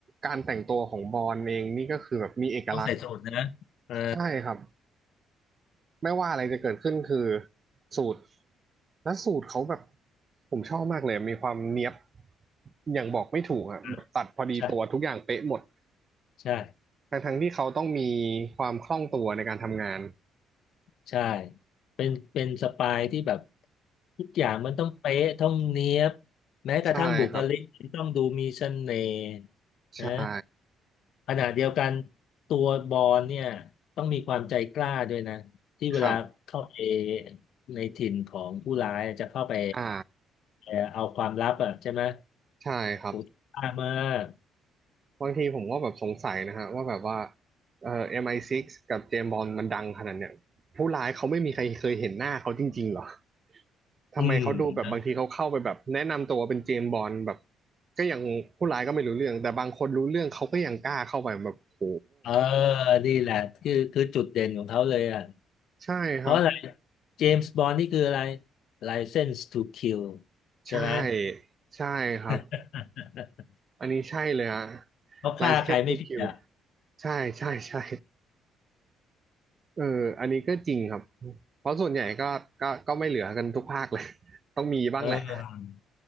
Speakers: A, on the right; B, on the left.
A: การแต่งตัวของบอนเองนี่ก็คือแบบมีเอกลักษณ์
B: ต้องใส่สูทนะอ่า
A: ใช่ครับ ไม่ว่าอะไรจะเกิดขึ้นคือสูตรและสูตรเขาแบบผมชอบมากเลยมีความเนียบอย่างบอกไม่ถูกอ่ะแบบตัดพอดีตัวทุกอย่างเป๊ะหมด
B: อ่ะใช่ใช่
A: ทั้งทั้งที่เขาต้องมีความคล่องตัวในการทำงาน
B: ใช่เป็นเป็นสปายที่แบบทุกอย่างมันต้องเป๊ะต้องเนี๊ยบแม้กระทั่งบุคลิกต้องดูมีเสน่ห์
A: ใช่ครับใช่
B: นะ ขณะเดียวกันตัวบอลเนี่ยต้องมีความใจกล้าด้วยนะที่เวลาเข้าไป
A: ครับ
B: ในถิ่นของผู้ร้ายจะเข้าไป
A: อ่า
B: เอ่อเอาความลับอ่ะใช่ไหม
A: ใช่ครับ
B: โหกล้ามาก
A: บางทีผมก็แบบสงสัยนะฮะว่าแบบว่าเอ่อ MI6 กซ์กับเจมส์บอนด์มันดังขนาดเนี้ยผู้ร้ายเขาไม่มีใครเคยเห็นหน้าเขาจริงๆเหรอทำไมเขาดูแบบบางทีเขาเข้าไปแบบแนะนำตัวเป็นเจมส์บอนด์แบบ
B: อืม
A: ก็ยังผู้ร้ายก็ไม่รู้เรื่องแต่บางคนรู้เรื่องเขาก็ยังกล้าเข้าไปแบบโห
B: เออนี่แหละคือคือจุดเด่นของเขาเลยอ่ะ
A: ใช่ครับ
B: เพราะอะไรเจมส์บอนด์นี่คืออะไร License to Kill ใช่ไหม
A: ใช่ใช่ครับ
B: <laughs>
A: อันนี้ใช่เลยฮะ
B: เขาฆ่าใครไม่ผิดอ่ะ
A: ไลเซนส์ทูคิวใช่ใช่ใช่เอออันนี้ก็จริงครับ เพราะส่วนใหญ่ก็ก็ก็ไม่เหลือกันทุกภาคเลย <laughs> ต้องมีบ้างแหละ
B: เออ